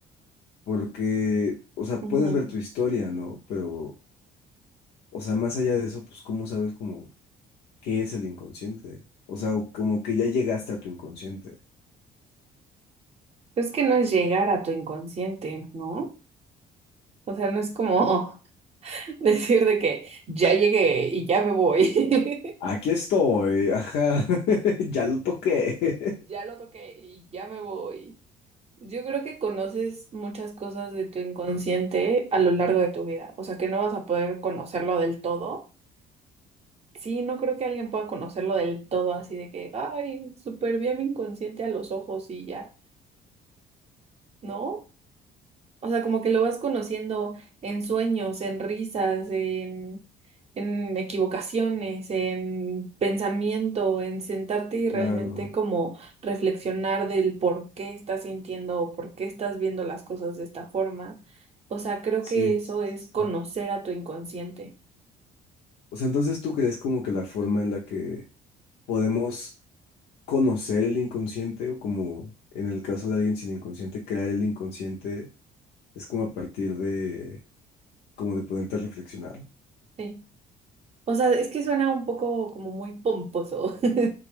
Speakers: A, on the left; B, on the right.
A: Porque, o sea,
B: Ujú.
A: puedes ver tu historia, ¿no? Pero, o sea, más allá de eso, pues, ¿cómo sabes cómo? ¿Qué es el inconsciente? O sea, como que ya llegaste a tu inconsciente.
B: Es que no es llegar a tu inconsciente, ¿no? O sea, no es como <laughs> decir de que ya llegué y ya me voy. <laughs>
A: Aquí estoy, ajá, <laughs> ya lo toqué.
B: Ya
A: <laughs>
B: lo toqué y ya me voy. Yo creo que conoces muchas cosas de tu inconsciente a lo largo de tu vida. O sea, que no vas a poder conocerlo del todo. Sí, no creo que alguien pueda conocerlo del todo así de que, ay, súper bien mi inconsciente a los ojos y ya. No, O sea, como que lo vas conociendo en sueños, en risas, en, en equivocaciones, en pensamiento, en sentarte y realmente
A: Claro,
B: como reflexionar del por qué estás sintiendo o por qué estás viendo las cosas de esta forma. O sea, creo
A: sí,
B: que eso
A: sí, sí.
B: es conocer
A: sí.
B: a tu inconsciente.
A: O sea, entonces tú crees como que la forma en la que podemos conocer el inconsciente o como en el caso de alguien sin inconsciente, crear el inconsciente es como a partir de, como de ponerte a reflexionar.
B: Sí. O sea, es que suena un poco como muy pomposo <laughs>